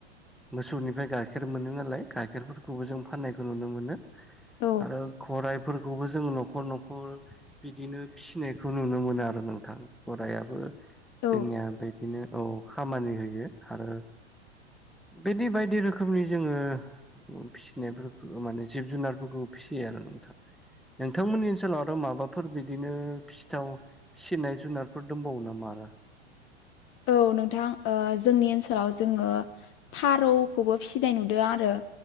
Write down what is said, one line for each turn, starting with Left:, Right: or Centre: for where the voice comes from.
Centre: मोसौनिफ्राय गाइखेर मोनो नालाय गाइखेरफोरखौबो जों फाननाय नुनो मोनो
Left: औ
Centre: आरो खराइफोरखौबो जों न'खर न'खर बिदिनो फिसिनायखौ नुनो मोनो आरो नोंथां गरायाबो
Left: औ
Centre: जोंनिया बेदिनो औ खामानि होयो आरो बिदि बायदि रोखोमनि जोङो फिसिनायफोरखौ माने जिब जुनारफोरखौ फिसियो आरो नोंथां। नोंथांमोननि ओनसोलाव आरो माबाफोर बिदिनो फिथाव फिसिनाय जुनारफोर दंबावो नामा आरो?
Left: औ नोंथां जोंनि ओनसोलाव जोङो फारौखौबो फिसिनाय नुदों आरो